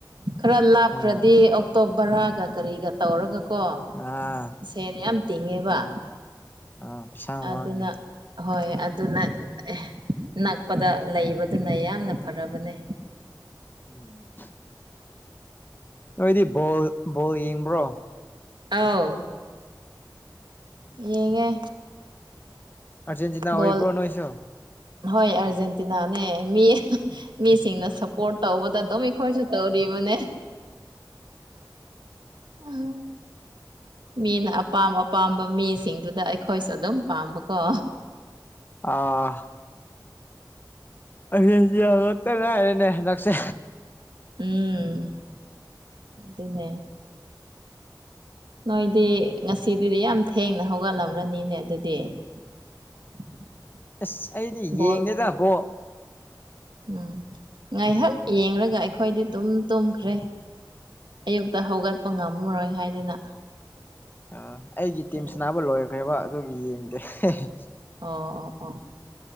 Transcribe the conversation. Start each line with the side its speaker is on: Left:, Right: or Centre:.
Right: ꯈꯔ ꯂꯥꯞꯈ꯭ꯔꯗꯤ
Left: ꯎꯝ
Right: ꯑꯣꯛꯇꯣ ꯕꯔꯥꯒ ꯀꯔꯤꯒ ꯇꯧꯔꯒꯀꯣ
Left: ꯑꯥ
Right: ꯁꯦꯟ
Left: ꯎꯝ
Right: ꯌꯥꯝ ꯇꯤꯡꯉꯦꯕ
Left: ꯑꯥ ꯄꯩꯁꯥ
Right: ꯑꯗꯨꯅ
Left: ꯃꯥꯡꯉꯦ
Right: ꯍꯣꯏ ꯑꯗꯨꯅ ꯑꯦ ꯅꯛꯄꯗ ꯂꯩꯕꯗꯨꯅ ꯌꯥꯝꯅ ꯐꯔꯕꯅꯦ
Left: ꯎꯝ ꯅꯣꯏꯗꯤ ꯕꯣꯜ ꯕꯣꯜ ꯌꯦꯡꯕ꯭ꯔꯣ
Right: ꯑꯥꯎ ꯌꯦꯡꯉꯦ
Left: ꯑꯔꯖꯦꯟꯇꯤꯅꯥ ꯑꯣꯏꯕ꯭ꯔꯣ
Right: ꯕꯣꯜ
Left: ꯅꯣꯏꯁꯨꯣ
Right: ꯍꯣꯏ ꯑꯔꯖꯦꯟꯇꯤꯅꯥꯅꯦ ꯃꯤ ꯃꯤꯁꯤꯡꯅ ꯁꯞꯄꯣꯔꯠ ꯇꯧꯕꯗ ꯑꯗꯨꯝ ꯑꯩꯈꯣꯏꯁꯨ ꯇꯧꯔꯤꯕꯅꯦ ꯎꯝ ꯃꯤꯅ ꯑꯄꯥꯝ ꯑꯄꯥꯝꯕ ꯃꯤꯁꯤꯡꯗꯨꯗ ꯑꯩꯈꯣꯏꯁꯨ ꯑꯗꯨꯝ ꯄꯥꯝꯕꯀꯣ
Left: ꯑ ꯑꯩꯁꯨ ꯉꯇ ꯉꯥꯏꯔꯦꯅꯦ ꯍꯟꯗꯛꯁꯦ
Right: ꯎꯝ ꯑꯗꯨꯅꯦ ꯅꯣꯏꯗꯤ ꯉꯁꯤꯗꯤꯗꯤ ꯌꯥꯝ ꯊꯦꯡꯅ ꯍꯧꯒꯠꯂꯝ꯭ꯔꯅꯤꯅꯦ ꯑꯗꯨꯗꯤ <unintelligible>
Left: ꯑꯁ ꯑꯩꯗꯤ ꯌꯦꯡꯗꯦꯗꯕꯣ
Right: ꯕꯣꯜ ꯎꯝ ꯉꯥꯏꯍꯥꯛ ꯌꯦꯡꯔꯒ ꯑꯩꯈꯣꯏꯗꯤ ꯑꯗꯨꯨꯝ ꯇꯨꯝꯈ꯭ꯔꯦ ꯑꯌꯨꯛꯇ ꯍꯧꯒꯠꯄ ꯉꯝꯃꯔꯣꯏ ꯍꯥꯏꯗꯅ
Left: ꯑ ꯑꯩꯒꯤ ꯇꯤꯝ
Right: ꯌꯥꯝ
Left: ꯁꯅꯥꯕ ꯂꯣꯏꯈ꯭ꯔꯦꯕ ꯑꯗꯨꯒꯤ ꯌꯦꯡꯗꯦ ꯍꯦꯍꯦ
Right: ꯑꯣ ꯑꯣ ꯑꯣ